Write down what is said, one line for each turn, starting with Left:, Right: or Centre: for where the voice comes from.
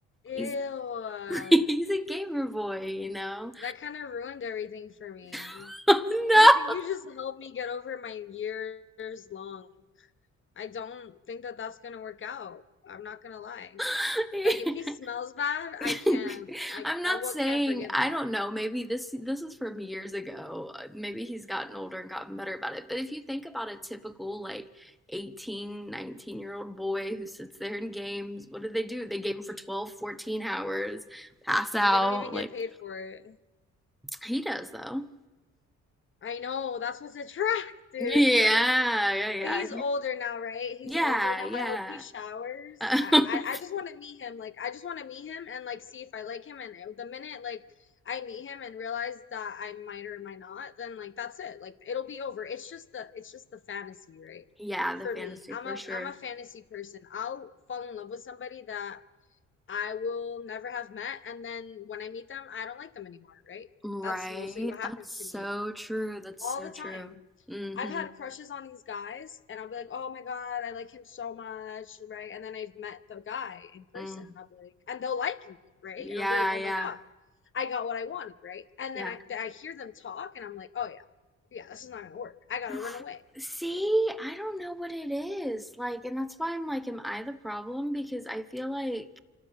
Left: Ew.
Centre: He's <laughs> he's a gamer boy, you know.
Left: That kind of ruined everything for me.
Centre: <laughs> no.
Left: <laughs> I think you just helped me get over my years long. I don't think that that's gonna work out. I'm not gonna lie.
Centre: <laughs>
Left: Like, if he smells bad, I
Centre: <laughs>
Left: can't. I,
Centre: I'm not
Left: I well,
Centre: saying
Left: can't forgive
Centre: I
Left: that.
Centre: don't know. Maybe this this is from years ago. Uh, Maybe he's gotten older and gotten better about it. But if you think about a typical like 18, 19 year old boy who sits there in games, what do they do? They game for twelve, fourteen hours, pass out.
Left: And they don't even
Centre: Like
Left: get paid for it.
Centre: he does though.
Left: I know, that's what's <laughs> attractive,
Centre: Yeah,
Left: because
Centre: yeah, yeah.
Left: But he's older now, right? He's
Centre: Yeah,
Left: older now.
Centre: yeah.
Left: I hope he showers.
Centre: Um,
Left: I, I, I just want to meet him. Like, I just want to meet him and like see if I like him. And it- the minute like I meet him and realize that I might or might not, then like that's it. Like it'll be over. It's just the it's just the fantasy,
Centre: <laughs>
Left: right?
Centre: yeah,
Left: For
Centre: the fantasy
Left: me, I'm
Centre: for
Left: a
Centre: sure.
Left: I'm a fantasy person. I'll fall in love with somebody that I will never have met, and then when I meet them, I don't like them anymore, right?
Centre: Right.
Left: That's mostly what happens
Centre: That's so
Left: to me
Centre: true. That's
Left: all
Centre: so
Left: the
Centre: true.
Left: time.
Centre: Mm-hmm.
Left: I've had crushes on these guys, and I'll be like, oh my God, I like him so much, right? And then I've met the guy in person,
Centre: Mm-hmm.
Left: and I'll be like, and they'll like me, right?
Centre: Yeah,
Left: And I'll be like, oh
Centre: yeah,
Left: my God, I got what I wanted, right? And
Centre: yeah.
Left: then I, I hear them talk, and I'm like, oh yeah, yeah, this is not gonna work. I gotta
Centre: <sighs>
Left: run away.
Centre: See, I don't know what it is. Like, and that's why I'm like, am I the problem? Because I feel like